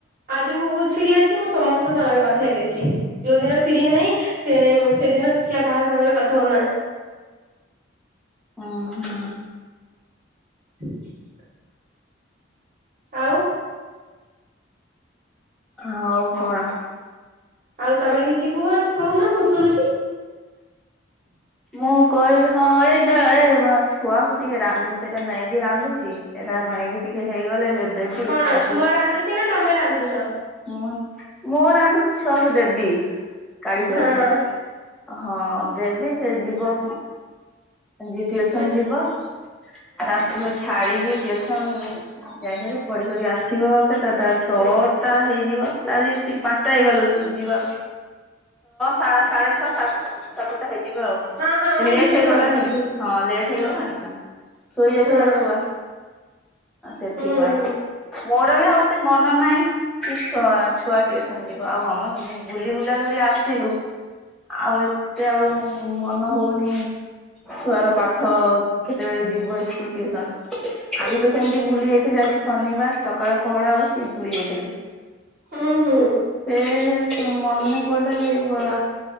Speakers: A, on the right; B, in the centre.
A: ଆଜି ମୁଁ ବହୁତ ଫ୍ରି ଅଛି ମୁଁ ସମସ୍ତଙ୍କ ସାଙ୍ଗରେ କଥା ହେଇଯାଇଛି। ଯୋଉ ଦିନ ଫ୍ରି ନାହିଁ ସେ ସେଦିନ କି କାହା ସାଙ୍ଗରେ କଥା ହଉନାହିଁ।
B: ଓ ହଁ।
A: <inaudible> ଆଉ
B: ଆଉ କଣ?
A: ଆଉ ତମେ କିଛି କୁହନ କହୁନ ମୁଁ ଶୁଣୁଛିି।
B: ମୁଁ କହିବି ହଁ ଏଇଟା ଏ ମ ଛୁଆକୁ ଟିକେ ରାନ୍ଧି ସେଟା ମ୍ୟାଗି ରାନ୍ଧୁଛି। ଏଟା ମ୍ୟାଗି ଟିକେ ହେଇଗଲେ ସେ ଦେବି
A: କଣ
B: ତାକୁ
A: ଛୁଆ ରାନ୍ଧୁଛି ନା ତମେ ରାନ୍ଧୁଛ?
B: ମୁଁ। ମୁଁ ରାନ୍ଧୁଛି ଛୁଆକୁ ଦେବି। କାଢି କରି
A: ହଁ।
B: ହଁ ଦେବି ସେ ଯିବ। ଯିଏ ଟିଉସନ
A: ହଁ।
B: ଯିବ ଆଉ ତାଙ୍କୁ ଫେରେ ଛାଡିକି ଟିଉସନ୍ ଯାଇକରି ପଢ଼ିକ ଆସିବ କେତେଟା ଛଅଟା ହେଇଯିବ ଆଜି ତି ପାଞ୍ଚଟା ହେଇଗଲେ ଯିବା ଆଉ ଛଅ ସାଢେ ଛଅ ସାତ ସାତଟା ହେଇ ଯିବ ଆଉ
A: ହଁ ହଁ ମୁଁ
B: ଲେଟ୍
A: ବୁଝି
B: ହେଇଗଲାଣି।
A: ପାରୁଛି ବୁଝ
B: ହଁ ଲେଟ୍ ହେଇଗଲାଣି
A: ହଁ
B: ନା ଶୋଇଯାଇଥିଲା
A: ହଁ
B: ଛୁଆ। ସେଥିପାଇଁ
A: ହୁଁ ହୁଁ।
B: ମୋର ବି ଆଉଏତେ ମନ ନାହିଁ କି ଛୁ-ଛୁଆ ଟିକେ ସରିଜିବ ଆଉ ଆମେ ବୁଲି ବୁଲା କରି ଆସିଲୁ। ଆଉ ଏତେ ଆଉ ମନ ହଉନି। ଛୁଆର ପାଠ କେତେବେଳେ ଯିବ ସ୍କୁଲ ଟିଉସନ୍? ଆଜି ତ ସେମିତି ଭୁଲି ଯାଇଥିଲି ଆଜି ଶନିବାର ସକାଳ କୋହଢା ଅଛି ଭୁଲି ଯାଇଥିଲି।
A: ହୁଁ ହୁଁ।
B: ଏ ସେ ମନେ ପଡିଲା